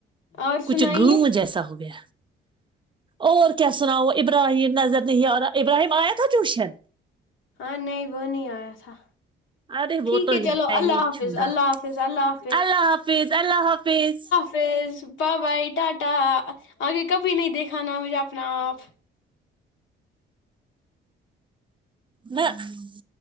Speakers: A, on the left; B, on the right.
A: اور
B: کچھ
A: سنائیے
B: گ جیسا ہو گیا اور کیا سناؤ ابراہیم نظر نہیں آا ابراہیم آیا تھا ٹیوشن
A: ہاں نہیں وہ نہیں آیا تھا
B: ارے وہ
A: ٹھیک
B: تو
A: ہے چلو اللہ
B: ہی
A: حافظ
B: چنگا
A: اللہ حافظ اللہ حاظ
B: اللہ حافظ اللہ حافظ
A: پیز پا بھائی ٹاٹا آگے کبھی نہیں دیکھانا مجھے اپنا آپ
B: نہ <unintelligible> <inaudible>